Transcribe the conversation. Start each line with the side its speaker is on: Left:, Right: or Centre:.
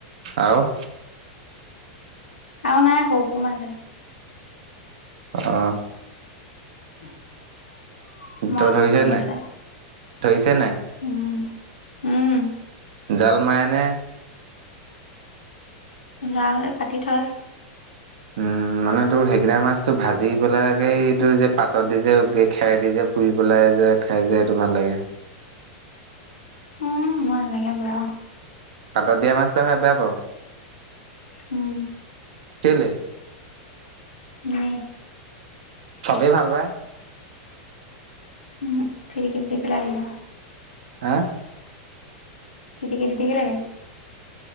Right: আৰু?
Left: আৰু নাই সৰু সৰু মাছ হে।
Right: অ'।
Left: <inaudible> মৰা
Right: ত' ধৰিছে
Left: মাছবোৰ ওলাইছে
Right: নাই ধৰিছে নাই?
Left: উম। উম
Right: জাল মাৰেনে?
Left: জাল পাতি এই পাতি থয়।
Right: উম, মানে তোৰ সেইগিতা মাছ তোৰ ভাজি পেলাই তোৰ যে পাতত দি যে, খেৰ দি যে পুৰি পেলাই যে খাই যে, সেইটো ভাল লাগে।
Left: উম, মই এনেকে বেয়া।
Right: পাতত দিয়া মাছটো খাই বেয়া পাওঁ।
Left: উম।
Right: কেইলে
Left: এনে।
Right: চবেই ভাল পায়।
Left: উম খিৰিকিত দি পেলাই আহে আৰু।
Right: হা?
Left: <unintelligible> লাগে।